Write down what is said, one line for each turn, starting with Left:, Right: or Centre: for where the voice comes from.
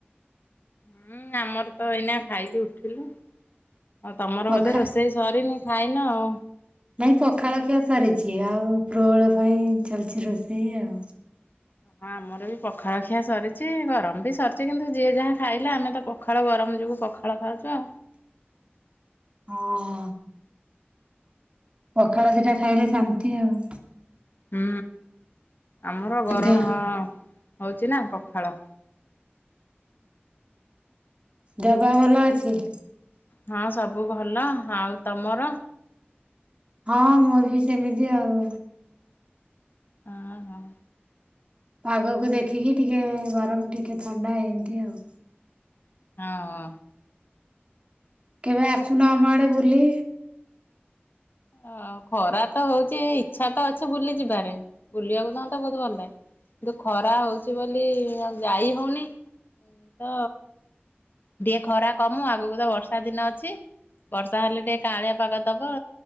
Left: ହୁଁ ଆମର ତ ଏଇନା ଖାଇକି ଉଠିଲୁ। ଆଉ ତମର
Right: ପଖା
Left: ବୋଧେ ରୋଷେଇ ସରିନି ଖାଇନ ଆଉ।
Right: ଏଇ ପଖାଳଖିଆ ସରିଛି ଆଉ ପ୍ରୋଳ ପାଇଁ ଚାଲିଛି ରୋଷେଇ ଆଉ
Left: ହଁ ଆମର ବି ପଖାଳ ଖିଆ ସରିଛି ଗରମ ବି ସରିଛି କିନ୍ତୁ ଯିଏ ଯାହା ଖାଇଲେ ଆମେ ତ ପଖାଳ ଗରମ ଯୋଗୁଁ ପଖାଳ ଖାଉଛ?
Right: ହଁ। ପଖାଳ ଦିଟା ଖାଇଲେ ଶାନ୍ତି ଆଉ।
Left: ହୁଁ ଆମର ଗରମ
Right: ଦେହ
Left: ହଉଚି ନା ପଖାଳ
Right: ଦେହ ପା ଭଲ ଅଛି?
Left: ହଁ ସବୁ ଭଲ ଆଉ ତମର?
Right: ହଁ ମୋର ବି ସେମିତି ଆଉ।
Left: ହଁ ହଁ
Right: ପାଗକୁ ଦେଖିକି ଟିକେ ଗରମ ଟିକେ ଥଣ୍ଡା ଏମତି ଆଉ।
Left: ହଁ।
Right: କେବେ ଆସୁନ ଆମ ଆଡ଼େ ବୁଲି?
Left: ଓ ଖରା ତ ହଉଛି ଇଚ୍ଛା ତ ଅଛି ବୁଲି ଯିବାରେ ବୁଲିବାକୁ ତ ମତେ ବହୁତ ଭଲ ଲାଗେ। କିନ୍ତୁ ଖରା ହଉଛି ବୋଲି ଆଉ ଯାଇ ହଉନି ତ ଟିକେ ଖରା କମୁ ଆଗକୁ ତ ବର୍ଷା ଦିନ ଅଛି। ବର୍ଷା ହେଲେ ଟିକେ କାଆଁଳିଆ ପାଗ ଦବ